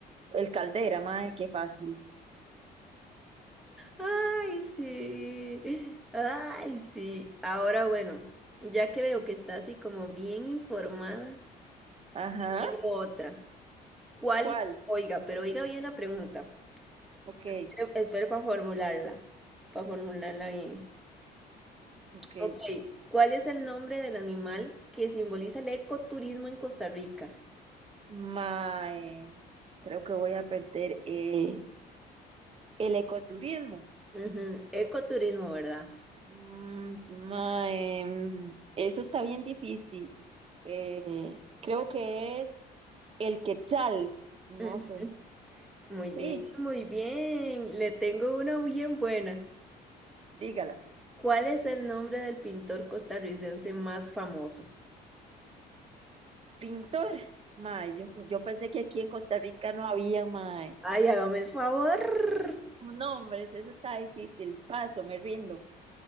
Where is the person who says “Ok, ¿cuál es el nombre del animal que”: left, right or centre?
Centre